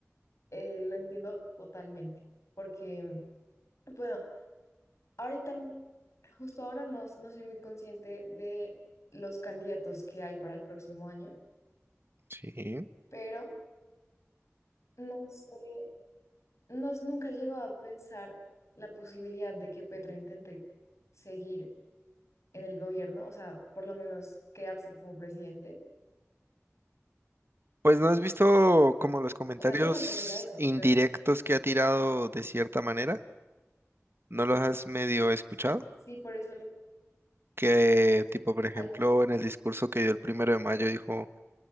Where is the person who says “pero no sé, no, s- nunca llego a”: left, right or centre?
Left